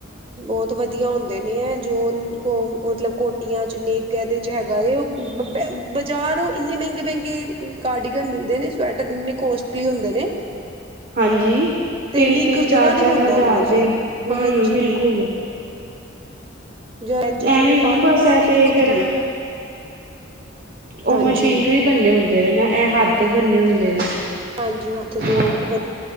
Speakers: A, on the right; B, on the right.
A: ਬਹੁਤ ਵਧੀਆ ਹੁੰਦੇ ਨੇ ਹੈ ਜੋ ਕੋ ਮਤਲਬ ਕੋ ਜਾ ਇਹਦੇ 'ਚ ਨੀਘ ਐਦੇ ਹੈਗਾ ਉਹ ਬ ਬਜ਼ਾਰ ਉਹ ਇੰਨੇ ਮਹਿੰਗੇ-ਮਹਿੰਗੇ ਕਾਰਡੀਗਨ ਮਿਲਦੇ ਨੇ ਸਵੈਟਰ ਇੰਨੇ ਕੋਸਟਲੀ ਹੁੰਦੇ ਨੇ।
B: ਹਾਂਜੀ
A: ਤੇ
B: ਤਿੰਨ-ਤਿੰਨ
A: ਇੰਨੀ ਗੁਜ਼ਾਰਾ
B: ਚਾਰ-ਚਾਰ
A: ਨਹੀਂ ਹੁੰਦਾ
B: ਹਜ਼ਾਰ
A: ਉਹਨਾਂ ਚ
B: ਦੇ ਹੂੰ
A: ਹਾਂਜੀ
B: ਬਿਲਕੁਲ
A: ਏਂਜ ਜਿਵੇਂ
B: ਐਵੇਂ ਹੀ
A: ਪਾਲੋ
B: ਹੈ ਬਸ
A: ਠੰਡ
B: ਇਹ
A: ਹੀ
B: ਤੇ
A: ਨੀ ਲੁਕਦੀ।
B: ਫੇਰ ਉਹ
A: ਹਾਂਜੀ
B: ਮਸ਼ੀਨਰੀ ਬੰਨੇ ਹੁੰਦੇ ਨੇ ਨਾ ਇਹ ਹਥ ਬੰਨੇ ਹੁੰਦੇ ਨੇ।
A: ਹਾਂਜੀ ਉਥੇ ਤੇ
B: ਹਾਂਜੀ
A: ਵ